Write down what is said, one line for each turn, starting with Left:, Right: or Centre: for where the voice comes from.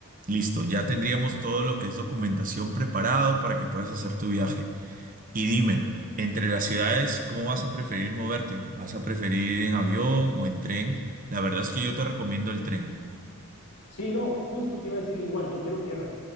Right: listo, ya tendríamos todo lo que es documentación preparado para que puedas hacer tu viaje. Y dime, entre las ciudades, ¿cómo vas a preferir moverte? ¿Vas a preferir ir en avión o en tren? La verdad es que yo te recomiendo el tren.
Left: Sí, no, justo te iba a decir igual, yo quiero tierra.